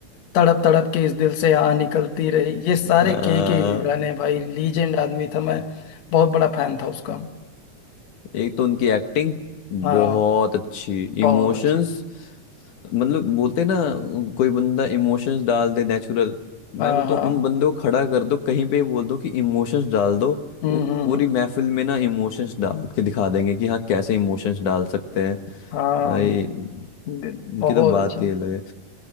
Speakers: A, on the left; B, on the left.
A: तड़प तड़प के इस दिल से आ निकलती रही ये सारे
B: आ,
A: केके के गाने हैं भाई लीजेंड आदमी था मैं बहुत बड़ा फैन था उसका
B: एक तो उनकी एक्टिंग
A: हाँ
B: बहुत अच्छी
A: बहुत
B: इमोशंस
A: अच्छे
B: मतलब बोलते ना कोई बंदा इमोशंस डाल दे नेचुरल
A: हाँ
B: मैं बोलता
A: हाँ
B: हूँ उन बंदे को खड़ा कर दो कहीं पे बोल दो कि इमोशंस डाल दो
A: हम्म
B: वो
A: हम्म
B: पूरी
A: हम्म,
B: महफिल में ना इमोशंस डाल के दिखा देंगे कि हाँ कैसे इमोशंस डाल सकते हैं
A: हाँ
B: भाई
A: ब-
B: उनकी
A: बहुत
B: तो बात
A: अच्छा
B: ही अलग है